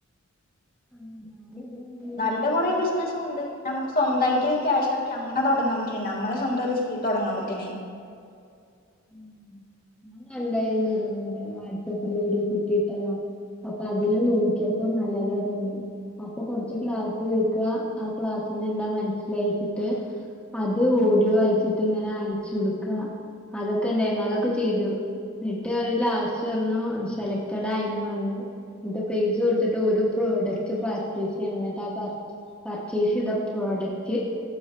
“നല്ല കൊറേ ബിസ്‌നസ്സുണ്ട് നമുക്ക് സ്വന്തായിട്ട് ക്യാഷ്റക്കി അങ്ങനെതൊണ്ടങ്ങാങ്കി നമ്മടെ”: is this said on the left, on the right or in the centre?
Left